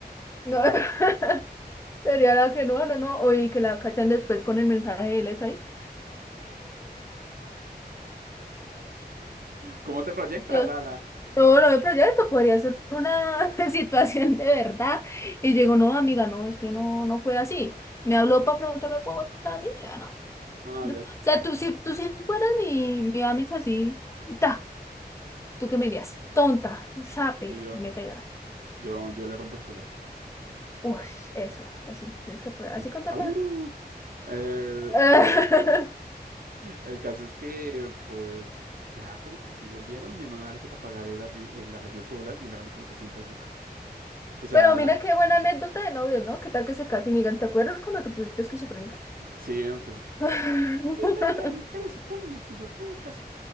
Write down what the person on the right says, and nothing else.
¿Cómo te proyectas,
Ala?
Ah,
ya.
Sí, yo,
yo, yo le rompo el celular.
Sí.
Au.
El-
el- El caso es que, pues, ya como que sí volvieron y a mi mamá le toca pagar el, arri- el arreglo del celular y le vale como 300 lucas. O sea,
sí, em, pues,
sí, todas las mujeres se ponen esquizofrénicas.